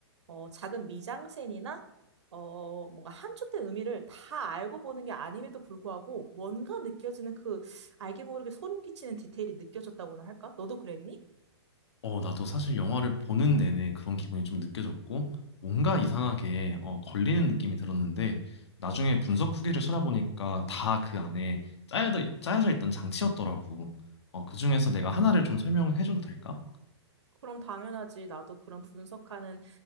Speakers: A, on the right; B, on the left.
A: 어, 작은 미장센이나, 어, 뭔가 함축된 의미를 다 알고 보는 게 아님에도 불구하고 뭔가 느껴지는 그 알게 모르게 소름 끼치는 디테일이 느껴졌다고나 할까? 너도 그랬니?
B: 어, 나도 사실 영화를 보는 내내 그런 기분이 좀 느껴졌고, 뭔가 이상하게 어, 걸리는 느낌이 들었는데, 나중에 분석 후기를 찾아보니까 다 그 안에 짜여져, 짜여져 있던 장치였더라고. 어, 그 중에서 내가 하나를 좀 설명해줘도 될까?
A: 그럼 당연하지. 나도 그런 분석하는